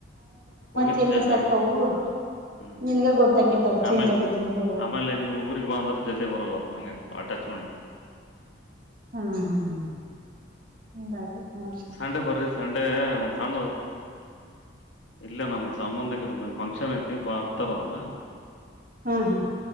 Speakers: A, on the left; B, on the right.
A: ೋಗಿಿಂದ
B: ಚೇಂಜಸ್
A: ಚೇಂಜ್ ಆಗಿಬಿಡ್ತವು
B: ಆಕ್ಕವು
A: ಹೂ
B: ನಿನ್ಗ ಗೊತ್ತಾಕೇತಾವ ಚೇಂಜ್
A: ಆಮೇಲೆ
B: ಆಗಿದ್ದು ಹುಡ್ಗುರು ಅಂತ
A: ಆಮೇಲೆ ನೀವು ಊರಿಗೆ ಬಂದ್ರೆ ಜಲ್ದಿ ಬರಲ್ವಾ ಹಗೆ ಅಟ್ಯಾಚ್ಮೆಂಟು ಹಾ
B: ಹ್ಮ್ ಹ್ಮ್ ಹಿಂಗಾಕೇತ್ ನೋಡ್ರಿ
A: ಸಂಡೆ ಬರಿ ಸಂಡೆ ಸ್ಣ ಇಲ್ಲ ನಮ್ಮ ಸಂಬಂಧಿಕರದ ಫಂಕ್ಷನ್ ಐತಿ ಬಾ ಅತರವರು
B: ಹ್ ಹ